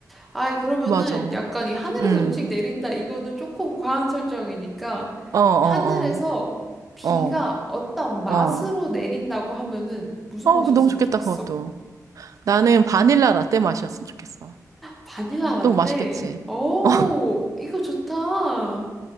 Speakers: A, in the centre; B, on the right (about 60°).
A: 아이, 그러면은
B: 맞아.
A: 약간 이 하늘에서
B: 음.
A: 음식 내린다, 이거는 조금 과한 설정이니까,
B: 어, 어,
A: 하늘에서 비가
B: 어. 어,
A: 어떤 맛으로
B: 어.
A: 내린다고 하면은 무슨
B: 어,
A: 맛이었으면
B: 그거 너무 좋겠다,
A: 좋겠어?
B: 그것도. 나는 바닐라 라떼 맛이었으면 좋겠어.
A: 바닐라 라떼.
B: 너무 맛있겠지?
A: 오,
B: <laughs>
A: 이거 좋다. 어,